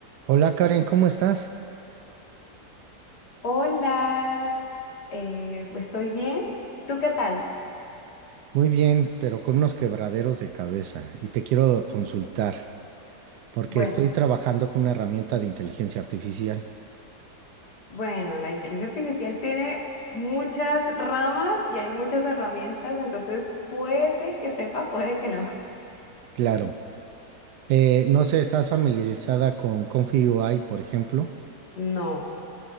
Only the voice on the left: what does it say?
Hola, eh, estoy bien. ¿Tú qué tal?
Bueno,
bueno, la inteligencia artificial tiene muchas ramas y hay muchas herramientas, entonces puede que sepa, puede que no.
No,